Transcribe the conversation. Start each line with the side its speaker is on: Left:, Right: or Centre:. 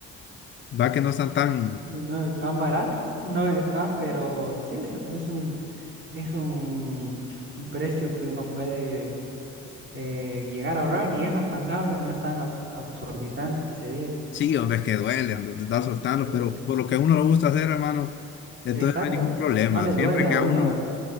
Left: Va que no están tan.
Right: no tan baratas no están, pero sí, es es un Es un, un precio que uno puede eh, llegar a ahorrar y es alcanzable, no es tan ab- absorbitante que se diga.
Left: Sí, hombre, es que duele andar de estar soltando,
Right: Sí,
Left: pero
Right: hombre.
Left: por lo que a uno le gusta hacer, hermano, entonces
Right: Exacto,
Left: no hay ningún problema.
Right: no le
Left: Siempre
Right: duele
Left: que
Right: a uno,
Left: a uno,
Right: ¿verdad?